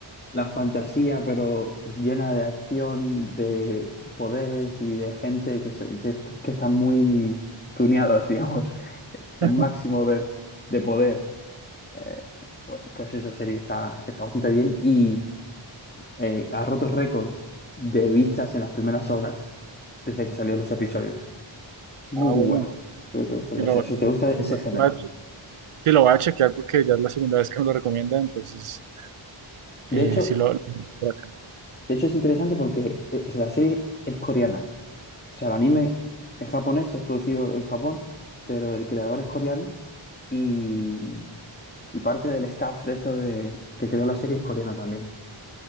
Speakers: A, on the left; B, on the right.
A: La fantasía, pero llena de acción, de poderes y de gente que, se- que, que están muy tuneados, <laughs> digamos, el
B: <laughs>
A: máximo de, de poder. Eh, pu- pues esa serie está, está bastante bien y eh, ha roto récords de vistas en las primeras horas desde que salieron los episodios. Muy,
B: Ah,
A: muy
B: bueno,
A: buena. Creo que te gustaría,
B: sí lo,
A: o sea,
B: lo-
A: si te gusta ese
B: lo
A: género.
B: voy a, sí, lo voy a chequear porque ya es la segunda vez que me lo recomienda, entonces
A: De
B: eh,
A: hecho,
B: sí lo, lo- por acá.
A: de hecho es interesante porque eh, si la serie es coreana. O sea, el anime es japonés, es producido en Japón, pero el creador es coreano y, y parte del staff de esto de, que creó la serie es coreana también.